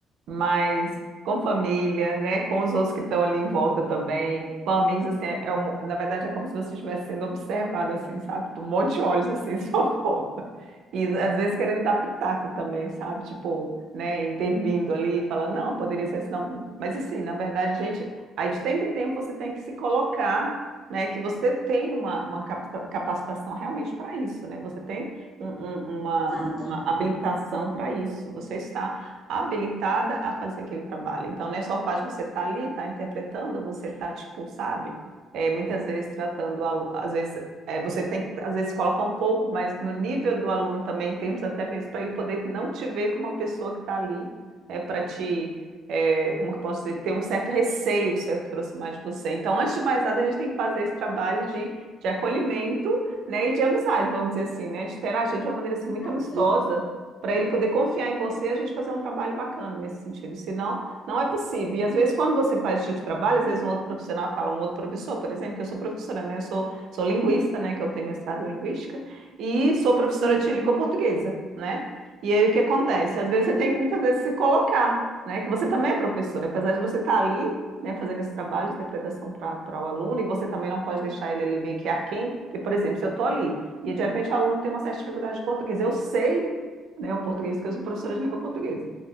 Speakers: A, on the right; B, on the left.
A: mas com família, né, com os outros que estão ali em volta também, com amigos assim, é, é um- na verdade é como se você estivesse sendo observado assim, sabe? Um monte de olhos assim <laughs> em sua volta. E às vezes querendo dar pitaco também, sabe? Tipo, né, intervindo ali, falando, não, poderia ser assim, não. Mas assim, na verdade, gente, aí de tempo em tempo você tem que se colocar né, que você tem uma, uma capta- capacitação realmente para isso, né? Você tem um- um- uma,
B: Exato.
A: uma habilitação para isso. Você está habilitada a fazer aquele trabalho. Então, não é só o fato de você estar ali, estar interpretando, você está, tipo, sabe? É, muitas vezes tratando, o alu- às vezes, é, você tem que, às vezes, colocar um pouco mas no nível do aluno também, em termos até mesmo para ele poder não te ver como uma pessoa que está ali, é, para te é, como que posso dizer, ter um certo receio de se aproximar de você. Então, antes de mais nada, a gente tem que fazer esse trabalho de, de acolhimento, né, e de amizade, vamos dizer assim, né, de interagir de uma maneira assim, muito amistosa,
B: Exato.
A: para ele poder confiar em você e a gente fazer um trabalho bacana nesse sentido. Senão, não é possível. E às vezes, quando você faz esse tipo de trabalho, às vezes um outro profissional fala, um outro professor, por exemplo, que eu sou professora, né, eu sou, sou linguista, né, que eu tenho mestrado em linguística, e sou professora
B: Sim,
A: de
B: sim.
A: língua portuguesa, né? E aí o que acontece? Às vezes você tem que muitas vezes se colocar, né? Que você também é professor, apesar de você estar ali, né, fazendo esse trabalho de interpretação para o aluno, e você também não pode deixar ele ali meio que aquém, porque, por exemplo, se eu estou ali e de repente o aluno tem uma certa dificuldade de português, eu sei, né, o português, porque eu sou professora de língua portuguesa.